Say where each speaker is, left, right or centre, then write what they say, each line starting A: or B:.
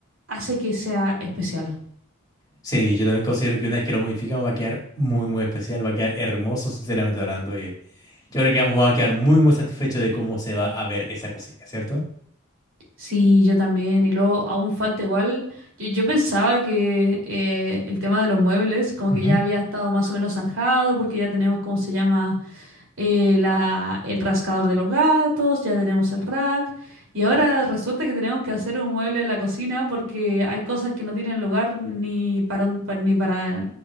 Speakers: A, on the right (about 75°); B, on the left (about 20°).
A: hace que sea especial.
B: Sí, yo también considero que una vez que lo modificamos va a quedar muy, muy especial, va a quedar hermoso, sinceramente hablando. Y yo creo que ambos van a quedar muy, muy satisfechos de cómo se va a ver esa cosilla, ¿cierto?
A: Sí, yo también. Y luego aún falta igual. Yo, yo pensaba que eh, el tema de los muebles como
B: Ujú,
A: que ya había estado más o menos zanjado porque ya tenemos, ¿cómo se llama? Eh, la, el rascador de los gatos, ya tenemos el rack. Y ahora resulta que tenemos que hacer un mueble en la cocina porque hay cosas que no tienen lugar ni para, un- pa- ni para...